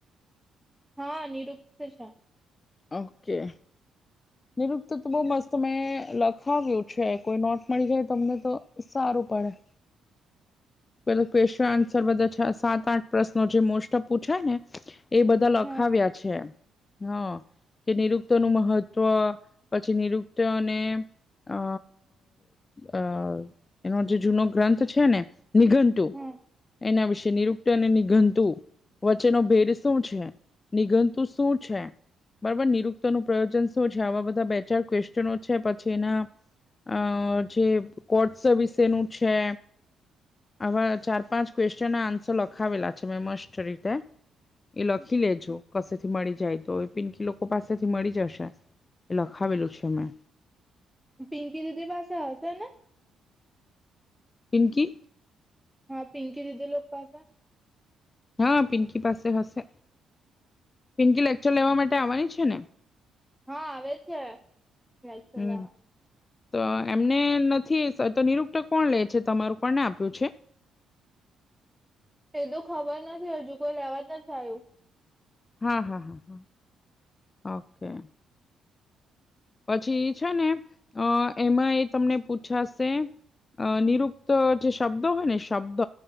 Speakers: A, in the centre; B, on the left.
A: હા નિરુપત છે.
B: ઓકે. નિરુપત તો બો મસ્ત મેં લખાવ્યું છે કોઈ નોટ મળી જાય તમને તો સારું પડે. <inaudible> પેલો ક્વેશ્ચન સરવદ છે સાત આઠ પ્રશ્નો જે મોસ્ટ ઓફ પૂછાય ને એ બધા લખાવ્યા
A: હા
B: છે હા. કે નિરુપત નું મહત્વ પછી નિરુપત ને અ અ એનો જે જૂનો ગ્રંથ છે ને નિઘરતું
A: હા
B: એના વિશે નિરૂપ અને નિગતુ વચ્ચેનો ભેદ શું છે, નિગતું શું છે? બરાબર નિરુપત નું પ્રયોજન શું છે આવા બધા બે ચાર ક્વેશ્ચનો છે પછી એના અ જે કોર્ટ સર્વિસ એનું છે. આવા ચાર પાંચ ક્વેશ્ચન ના આન્સર લખાવેલા છે મેં મસ્ટ રીતે એ લખી લેજો કસે થી મળી જાય તો. પિનકી લોકો પાસેથી મળી જશે એ લખાવેલું છે મેં.
A: પિંકી દીદી પાસે હશે ને?
B: પીકી
A: હા પિંકી દીદી લોક પાસે
B: હા પિંકી પાસે હશે. પિંકી લેક્ચર લેવા માટે આવવાની છે ને.
A: હા આવે છે લેક્ચર
B: હમ
A: લેવા.
B: તો એમને નથી તો નિરુપત કોણ લે છે તમારું કોણને આપ્યું છે?
A: એ તો ખબર નથી હજુ કોઈ લેવા જ નથી આયું.
B: હા હા હા ઓકે. પછી છે ને અ એમાં એ તમને પૂછાશે અ નિરુપત જે શબ્દ હોય ને શબ્દ